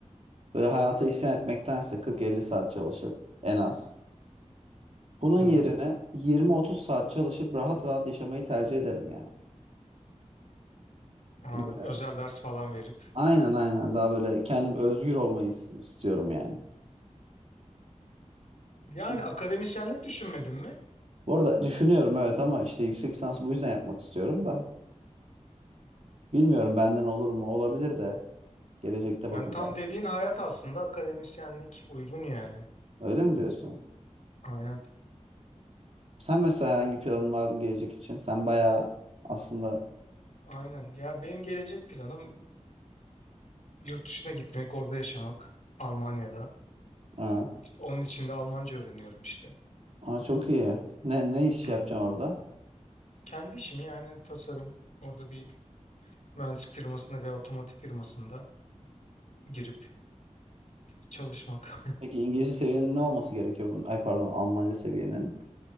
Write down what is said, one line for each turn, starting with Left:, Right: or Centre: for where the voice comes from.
Right: böyle hayata isyan etmektense 40-50 saat çalışıp en az Bunun
Left: Hı
Right: yerine
Left: hı,
Right: 20-30 saat çalışıp rahat rahat yaşamayı tercih ederim yani.
Left: anladım.
Right: Bilmiyorum.
Left: Özel ders falan verip.
Right: Aynen aynen daha böyle kendim özgür olmayı is- istiyorum yani.
Left: Yani
Right: Hı.
Left: akademisyenlik düşünmedin mi?
Right: Bu arada düşünüyorum evet ama işte yüksek lisansı bu yüzden yapmak istiyorum da. Bilmiyorum benden olur mu? Olabilir de. Gelecekte
Left: Yani
Right: bakacağız.
Left: tam dediğin hayat aslında akademisyenlik uygun yani.
Right: Öyle mi diyorsun?
Left: Aynen.
Right: Sen mesela herhangi planın var mı gelecek için? Sen bayağı aslında...
Left: Aynen. Ya benim gelecek planım yurt dışına gitmek, orada yaşamak. Almanya'da.
Right: Ha.
Left: İşte onun için de Almanca öğreniyorum işte.
Right: Aa, çok iyi. Ne, ne iş
Left: Aynen.
Right: yapacaksın orada?
Left: Kendi işimi yani tasarım. Orada bir mühendislik firmasında veya otomotiv firmasında girip çalışmak. <laughs>
Right: Peki İngilizce seviyenin ne olması gerekiyor bunun? Ay pardon Almanca seviyenin.